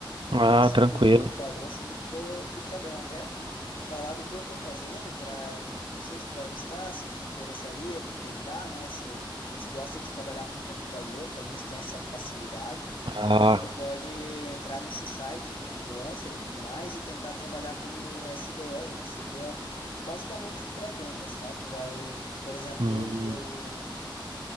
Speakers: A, on the right; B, on the left.
A: Ah,
B: nossa,
A: tranquilo.
B: do que tu me falou, assim, ficou puxadão. Até te falar do que eu tô fazendo para, não sei se tu vai gostar, se te interessaria tentar, né? Se, se gosta de trabalhar com computador também, se tem essa facilidade,
A: Ah,
B: porque tu pode entrar nesses sites de freelancer e tudo mais e tentar trabalhar como SDR, que seria basicamente o pré-vendas, tá? Tu vai, por exemplo,
A: hum,
B: eu, eu